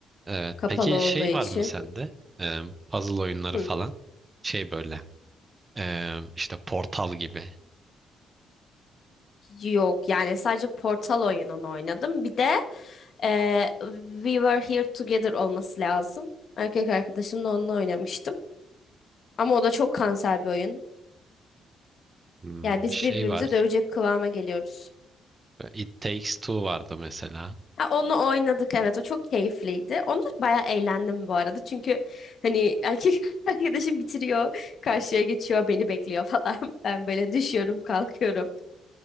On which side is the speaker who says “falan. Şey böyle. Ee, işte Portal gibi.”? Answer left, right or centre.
Right